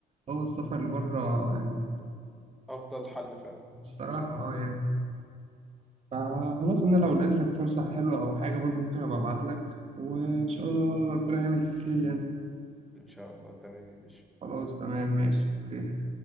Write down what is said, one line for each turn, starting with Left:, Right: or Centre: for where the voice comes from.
Right: هو السفر اللي بره يعني
Centre: افضل حل فعلا
Right: الصراحة اه يعني فخلاص انا لو لقيت لك فرصة حلوة او حاجة برضو ممكن ابقى ابعت لك وان شاء الله ربنا يعمل الخير يعني
Centre: ان شاء الله تمام يا باشا
Right: خلاص تمام ماشي اوكي